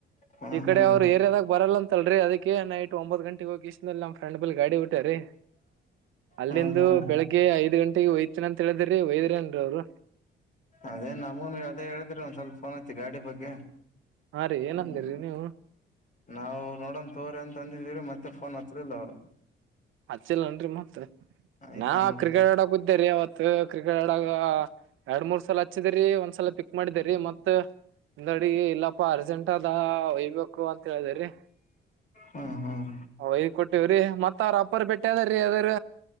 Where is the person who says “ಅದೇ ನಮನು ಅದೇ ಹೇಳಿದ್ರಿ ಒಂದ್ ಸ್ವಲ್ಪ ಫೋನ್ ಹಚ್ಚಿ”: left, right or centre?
Left